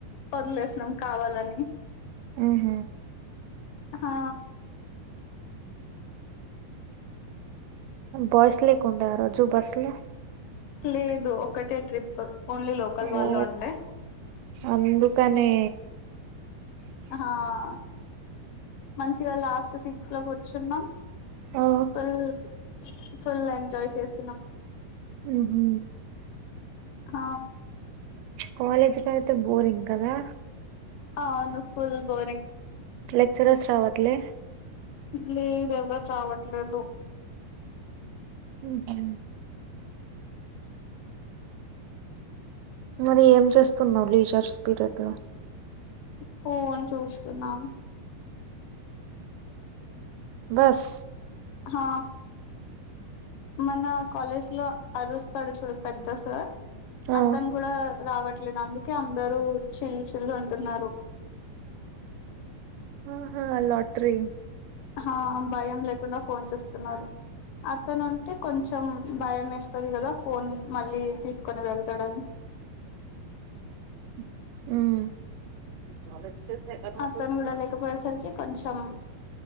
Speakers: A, on the left (about 75°); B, on the right (about 90°).
A: వదిలేసినాం కావాలని
B: ఉ
A: హా
B: బాయ్స్ లేకుండే ఆ రోజు బస్లో
A: లేదు ఒకటే ట్రిప్ ఓన్లీ లోకల్
B: ఓ
A: వాళ్ళు ఉండే
B: అందుకనే
A: ఆ మంచిగా లాస్ట్ సీట్స్ లో కూర్చున్నాం
B: ఆ
A: ఉమ్ ఫుల్ ఎంజాయ్ చేసినాం
B: ఉహూ
A: హ
B: కాలేజ్లో అయితే బోరింగ్ కదా
A: ఆ అవును ఫుల్ బోరింగ్
B: లెక్చరర్స్ రావట్లే
A: లేదు ఎవరు రావట్లేదు
B: ఉహూ మరి ఏం చేస్తున్నావు లీజర్స్ పీరియడ్ లో
A: ఫోను చూస్తున్నాం
B: బస్
A: హా మన కాలేజ్లో అరుస్తాడు చూడు పెద్ద సార్
B: ఆ
A: అతను కూడా రావట్లేదు అందుకే అందరూ చిల్ చిల్ అంటున్నారు
B: ఆహా లాట్రీ
A: ఆ భయం లేకుండా ఫోన్ చేస్తున్నారు అతను ఉంటే కొంచెం భయం వేస్తంది కదా ఫోన్ మళ్ళీ తీసుకొని వెళ్తాడని
B: అ మకయ పడబడబ
A: అతను కూడా లేకపోయేసరికి కొంచెం